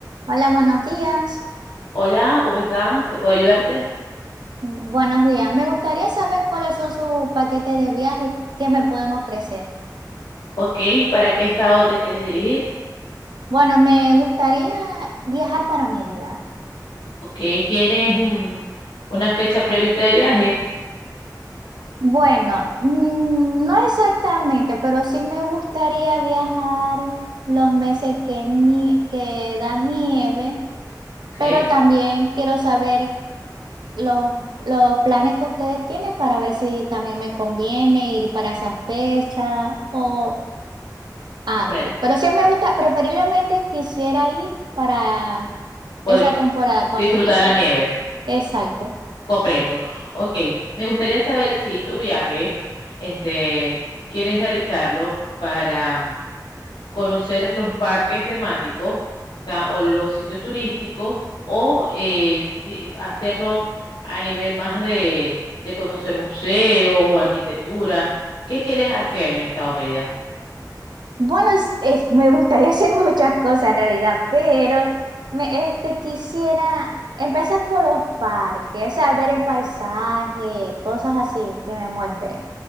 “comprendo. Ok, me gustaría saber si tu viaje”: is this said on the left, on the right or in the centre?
Left